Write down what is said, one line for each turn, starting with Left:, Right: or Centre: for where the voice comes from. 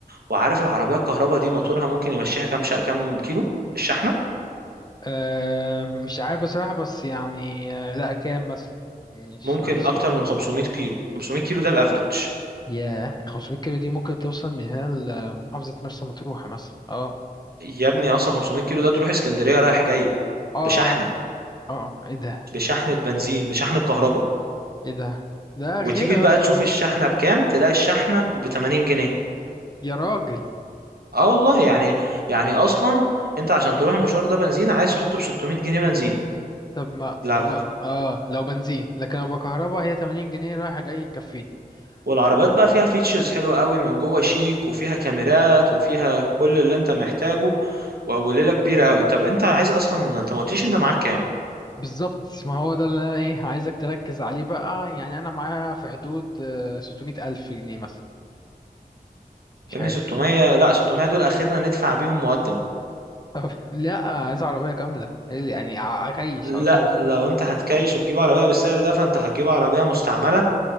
Right: وعارف العربية الكهرباء دي موتورها ممكن يمشيها كام شا... كام كيلو الشحنة
Left: أه مش عارف بصراحة بس يعني أه لا كام مثلا مش
Right: ممكن
Left: عنديش
Right: أكتر
Left: فكرة
Right: من 500 كيلو 500 كيلو ده الأفريج
Left: ياه 500 كيلو دي ممكن توصل من هنا لمحافظة مرسى مطروح مثلا اه
Right: يا ابني أصلا 500 كيلو ده تروح اسكندرية رايح جاي
Left: اه
Right: بشحنة
Left: اه آه. ايه ده
Right: بشحنة بنزين بشحنة كهرباء
Left: ايه ده ده
Right: وتيجي
Left: غير
Right: بقى
Left: اصلا
Right: تشوف
Left: اه
Right: الشحنة بكام تلاقي الشحنة ب 80 جنيه
Left: يا راجل
Right: اه والله يعني يعني أصلا أنت عشان تروح المشوار ده بنزين عايز تحطه ب 600 جنيه بنزين
Left: طب ما
Right: لو
Left: طب ما اه لو بنزين لكن لو بكهرباء هي 80 جنيه رايحة جاي يكفيني
Right: والعربيات
Left: طب
Right: بقى فيها فيتشرز حلوة قوي من جوه شيك وفيها كاميرات وفيها كل اللي انت محتاجه وليله كبيره قوي طب انت عايز اصلا انت ما قلتليش انت معاك كام
Left: بالظبط ما هو ده اللي انا ايه عايزك تركز عليه بقى يعني انا معايا في حدود آه، 600 الف جنيه مثلا مش
Right: يا ابني
Left: عارف
Right: 600 لا 600 دول اخرنا ندفع بيهم مقدم
Left: طب لا عايز عربية كاملة يعني ع- عكيش على طول
Right: لا لو انت هتكايش وتجيب عربيه بالسعر ده فانت هتجيب عربيه مستعمله